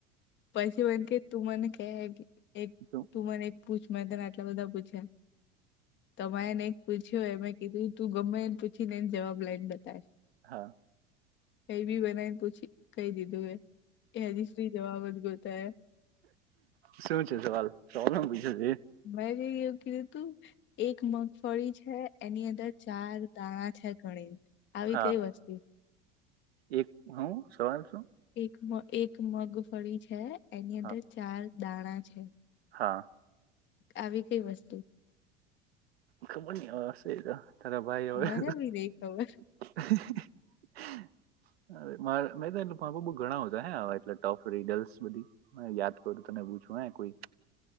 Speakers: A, on the left (about 35°); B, on the right (about 70°).
A: પછી મને કે તું મને કે એક
B: શું
A: તું મને એક. પૂછ મેં તને આટલા બધા પૂછ્યા. તમા એને પૂછ્યું એ મે કીધું તું ગમે એને પૂછીને એન જવાબ લઈને બતાય.
B: હા.
A: કંઈ બી બનાયને પૂછી કહી દીધું. એ હજીસુઈ જવાબ જ ગોતે હે.
B: શું છે સવાલ? સવાલમાં પૂછ્યું તું એ?
A: મેંયે એવું કીધું તું. એક મગફળી છે. એની અંદર ચાર દાણા છે ઘણીન આવી
B: હા
A: કઈ વસ્તુ?
B: એક હું સવાલ શું?
A: એક એક મગફળી છે. એની
B: હા
A: અંદર ચાર દાણા છે.
B: હા.
A: આવી કઈ વસ્તુ?
B: ખબર ની હવે હશે એતો તારા ભાઈ હોય.
A: મને બી નઈ ખબર
B: <unintelligible> મા મે <unintelligible> ઘણા બધા હે આવા એટલે ટો ફ્રી ગર્લ્સ બધી. મને યાદ કરું તને પૂછું હે કોઈ.